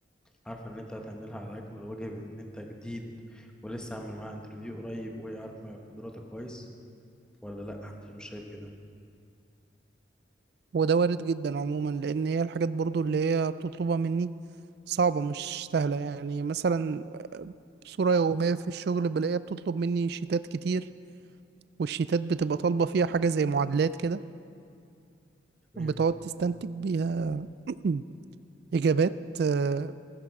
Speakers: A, in the centre; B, on the right.
A: عارفة ان انت هتعملها على اكمل وجه بان انت جديد ولسه عامل معاها انترفيو قريب وهي عارفة قدراتك كويس ولا لا انت مش شايف كده
B: وده وارد جدا عموما لان هي الحاجات برضو اللي هي بتطلبها مني صعبة مش سهلة يعني مثلا صورة يومية في الشغل بلاقيها بتطلب مني شيتات كتير والشيتات بتبقى طالبة فيها حاجة زي معادلات كده
A: تمام
B: بتقعد تستنتج بيها <clears throat> إجابات آه،